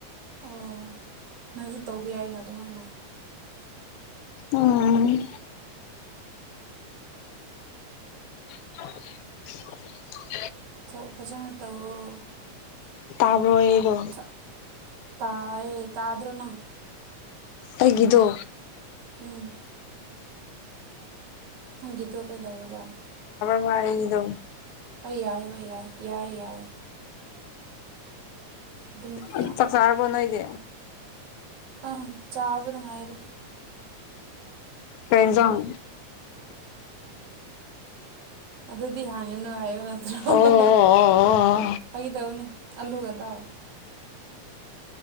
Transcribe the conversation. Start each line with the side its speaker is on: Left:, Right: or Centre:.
Right: ꯑꯣ ꯅꯣꯏꯖꯨ ꯇꯧꯕ ꯌꯥꯏꯅ ꯑꯗꯨꯃꯥꯏꯅ
Left: ꯎꯝ <inaudible>
Right: ꯊꯕꯛ ꯐꯖꯅ ꯇꯧꯑꯣ
Left: ꯇꯥꯕ꯭ꯔꯣ ꯑꯩꯗꯣ
Right: ꯆ ꯇꯥꯏꯌꯦ ꯇꯥꯗ꯭ꯔꯣ ꯅꯪ
Left: ꯑꯩꯒꯤꯗꯣ
Right: ꯎꯝ ꯅꯪꯒꯤꯗꯣ ꯀꯩꯗꯧꯔꯕ
Left: ꯉꯥꯏꯔꯤꯗꯣ
Right: ꯍꯣꯏ ꯌꯥꯏ ꯍꯣꯏ ꯌꯥꯏ ꯌꯥꯏ ꯌꯥꯏ ꯑꯗꯨꯝ
Left: ꯎꯝ
Right: ꯌꯥꯝ
Left: ꯆꯥꯛ ꯆꯔꯕꯣ ꯅꯣꯢꯗꯤ
Right: ꯑꯪ ꯆꯥꯕꯗ ꯉꯥꯏꯔꯤ
Left: ꯀꯩ ꯍꯤꯟꯖꯥꯡ
Right: ꯑꯗꯨꯗꯤ ꯍꯪꯉꯅꯨ ꯍꯥꯏꯕ ꯅꯠ ꯍꯥ
Left: ꯑꯣ ꯑꯣ
Right: ꯍꯥ ꯍꯥ ꯐꯥꯒꯤ ꯇꯧꯕꯅꯦ ꯑꯜꯂꯨꯒ ꯇꯥꯎ